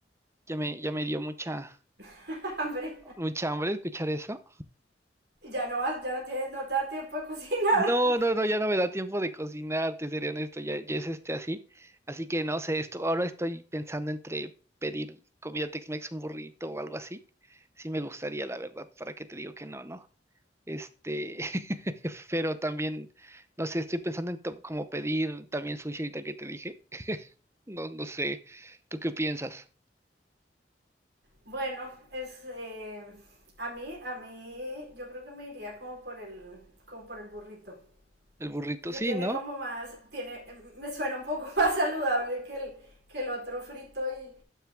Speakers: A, on the right; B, on the right.
A: ya me, ya me dio mucha,
B: <laughs> Hambre.
A: mucha hambre escuchar eso.
B: Ya no vas, ya no tienes, no te da tiempo de cocinar.
A: No,
B: <laughs>
A: no, no, ya no me da tiempo de cocinar, te seré honesto, ya, ya es este así. Así que no sé, esto, ahora estoy pensando entre pedir comida Tex-Mex, un burrito o algo así. Sí me gustaría, la verdad, para que te digo que no, ¿no? Este, <laughs> pero también, no sé, estoy pensando en to- como pedir también sushi ahorita que te dije. No, no sé, ¿tú qué piensas?
B: Bueno, es eh, a mí, a mí, yo creo que me iría como por el, como por el burrito.
A: El burrito,
B: Porque
A: sí,
B: tiene
A: ¿no?
B: como más, tiene, mm, me suena un poco <laughs> más saludable que el, que el otro frito y,